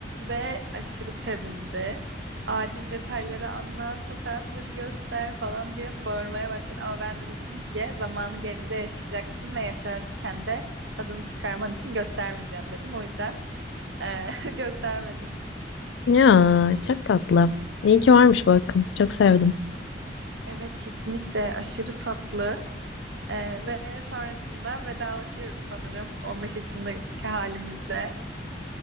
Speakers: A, on the right (about 75°); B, on the left (about 75°).
A: ve aşırı sevindi. Acil detayları anlat, fotoğrafları göster falan diye bağırmaya başladı. Ama ben de dedim ki zamanı gelince yaşayacaksın ve yaşarken de tadını çıkarman için göstermeyeceğim dedim. O yüzden e, <laughs> göstermedim.
B: Ya çok tatlı. İyi ki varmış bakın. Çok sevdim.
A: Evet kesinlikle aşırı tatlı. Ee, ve sonrasında vedalaşıyoruz sanırım 15 yaşındaki halimizle.